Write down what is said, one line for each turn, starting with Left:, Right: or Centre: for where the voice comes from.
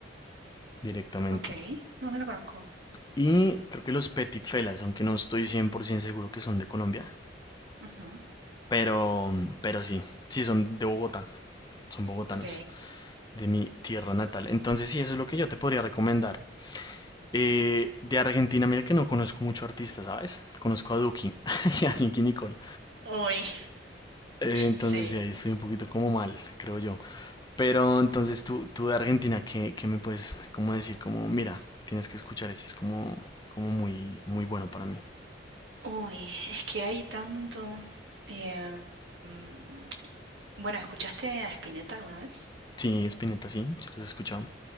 Left: directamente.
Right: Ok. No, no la conozco.
Left: Y creo que los Petit Felas, aunque no estoy 100% seguro que son de Colombia,
Right: Ujú,
Left: pero, pero sí, sí son de Bogotá, son bogotanos,
Right: Ok.
Left: de mi tierra natal. Entonces sí, eso es lo que yo te podría recomendar. Eh, de Argentina, mira que no conozco mucho artista, ¿sabes? Conozco a Duki <laughs> y a Nicki Nicole.
Right: Uy.
Left: Eh, entonces
Right: Sí.
Left: sí, ahí estoy un poquito como mal, creo yo. Pero entonces tú, tú de Argentina, ¿qué, qué me puedes como decir? Como, mira, tienes que escuchar ese, es como, como muy, muy bueno para mí.
Right: Uy, es que hay tanto. Eh, mm, bueno, ¿escuchaste a Spinetta alguna vez?
Left: Sí, Spinetta, sí, sí los he escuchado.